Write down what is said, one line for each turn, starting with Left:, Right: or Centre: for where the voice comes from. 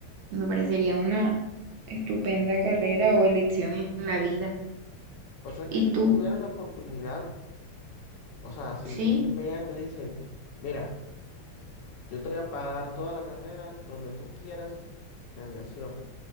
Right: Me parecería una estupenda carrera o elección en la vida.
Left: O sea
Right: ¿Y
Left: que si
Right: tú?
Left: tú tuvieras la oportunidad, o sea, si
Right: Sí,
Left: a ti mañana te dicen, mira, yo te voy a pagar toda la carrera donde tú quieras de aviación,